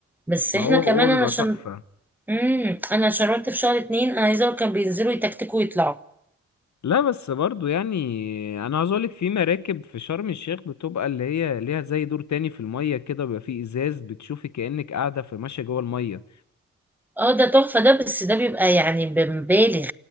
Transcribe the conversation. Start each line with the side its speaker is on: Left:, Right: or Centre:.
Centre: بس
Left: ما
Centre: احنا
Left: هو
Centre: كمان
Left: هو بيبقى
Centre: انا عشان
Left: تحفة
Centre: امم انا شربت في شهر اتنين انا عايزه اقول كانوا بينزلوا يتكتكوا ويطلعوا
Left: لا بس برضو يعني انا عاوز اقولك في مراكب في شرم الشيخ بتبقى اللي هي ليها زي دور تاني في المية كده بيبقى فيه ازاز بتشوفي كأنك قاعدة في ماشية جوه المية
Centre: اه ده تحفه ده بس ده بيبقى يعني بمبالغ